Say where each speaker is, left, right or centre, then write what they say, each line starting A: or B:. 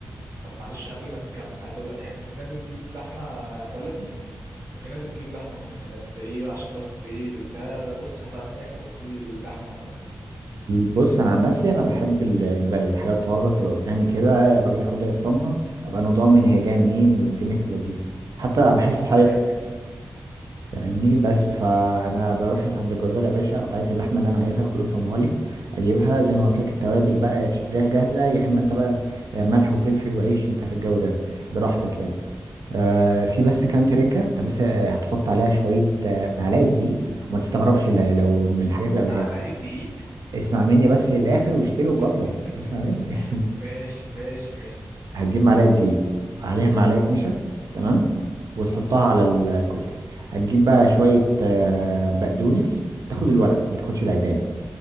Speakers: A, on the right (about 50°); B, on the right (about 65°).
A: طب معلش قبل ما تكمل عايز اقول لك حاجه في ناس بتجيب لحمه بلدي وفي ناس بتجيب لحمه مجمده انت ايه بقى عشان بس ايه ده بص هزعل منك لو قلت لي لحمه مجمده
B: بص انا عن نفسي انا بحب ال- البلد الحاجات طازه تبقى قدامي كده الراجل ياخدها يفرمها ابقى انا ضامن هي جايه منين والدنيا في اللذيذ حتى بحس
A: انت
B: حقيقة
A: تمام كده
B: فاهمني بس فانا بروح عند الجزار يا باشا قطعيه اللحمه اللي انا عايزها خد افرمها لي اجيبها زي ما قلت لك التوابل بقى يا تشتريها جاهزه يا اما انت بقى ملح وفلفل وعيش انت في الجو ده براحتك يعني آه في بس كام تركه انت بس هتحط عليها شويه آه، معلقه دقيق وما تستغربش ل- لو من الحاجات اللي
A: معلقه
B: قبلها
A: دقيق
B: اسمع مني بس للاخر واشتري وجرب
A: <laughs>
B: اسمع مني <laughs>
A: ماشي ماشي ماشي
B: هتجيب معلقه دقيق عليها معلقه نشا تمام وتحطها على ال- الكفته هتجيب بقى شويه آه، بقدونس تاخد الورق ما تاخدش العيدان